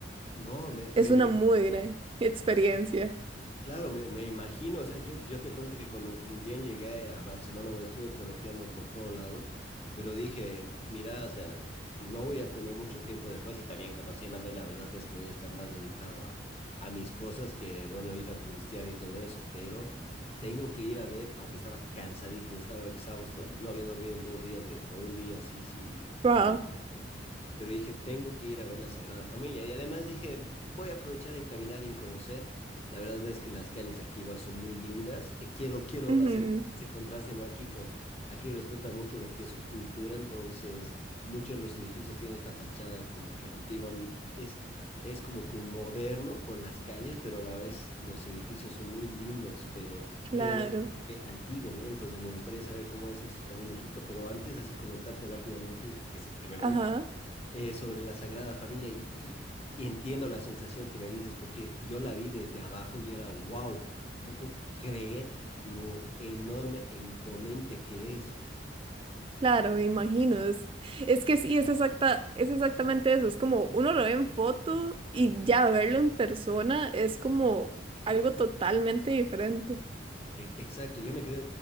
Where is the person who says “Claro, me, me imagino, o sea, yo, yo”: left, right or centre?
Left